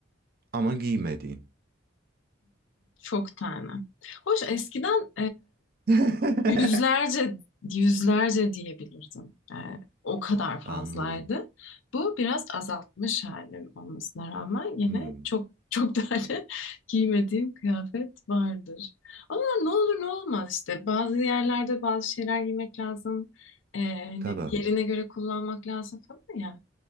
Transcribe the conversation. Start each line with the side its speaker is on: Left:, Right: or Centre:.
Right: ama giymediğin.
Left: Çok tane. Hoş eskiden
Right: <laughs>
Left: Yüzlerce, yüzlerce diyebilirdim. Ee, o kadar fazlaydı.
Right: Anladım.
Left: Bu biraz azaltmış halim olmasına rağmen yine
Right: Hmm.
Left: çok çok <laughs> tane giymediğim kıyafet vardır. Ama ne olur ne olmaz işte. Bazı yerlerde bazı şeyler giymek lazım. Ee, hani
Right: Tabii.
Left: yerine göre kullanmak lazım falan ya.